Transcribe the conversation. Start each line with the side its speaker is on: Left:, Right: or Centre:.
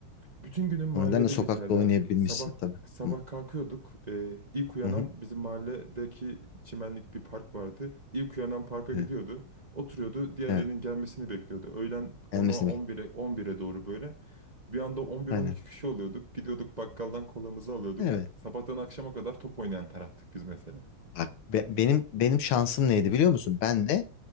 Right: bütün günüm mahallede
Left: O nedenle sokakta
Right: geçerdi
Left: oynayabilmişsin
Right: abi. Sabah
Left: tabii.
Right: sabah
Left: Hı
Right: kalkıyorduk. Ee, ilk uyanan
Left: hı. hı.
Right: bizim mahalledeki çimenlik bir park vardı. İlk uyanan parka
Left: Evet.
Right: gidiyordu. Oturuyordu. Diğerlerinin
Left: Evet.
Right: gelmesini bekliyordu. Öğlen 10'a
Left: Gelmesini
Right: 11'e
Left: bek-
Right: 11'e doğru böyle. Bir anda 11-12
Left: Aynen.
Right: kişi oluyorduk. Gidiyorduk bakkaldan kolamızı alıyorduk.
Left: Evet.
Right: Sabahtan akşama kadar top oynayan taraftık biz mesela.
Left: Bak be- benim benim şansım neydi biliyor musun? Ben de